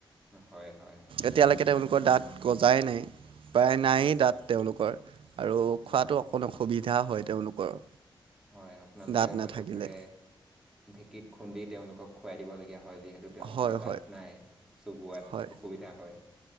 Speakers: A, in the centre; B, on the right (about 75°).
A: হয় হয়। হয়
B: এতিয়ালৈকে তেওঁলোকৰ দাঁত গজাই নাই প্ৰায় নায়েই
A: হয়
B: দাঁত তেওঁলোকৰ। আৰু খোৱাতটো
A: হয়
B: অকণ অসুবিধা হয় তেওঁলোকৰ।
A: হয় আপোনালোকে
B: দাঁত নাথাকিলে
A: হয়তো চাগে ঢেঁকীত খুন্দি তেওঁলোকক খুৱাই দিবলগীয়া হয়। যিহেতু তেওঁলোকৰ
B: হয়
A: দাত
B: হয়
A: নাই চোবোৱা ত
B: হয়
A: অসুবিধা হয়।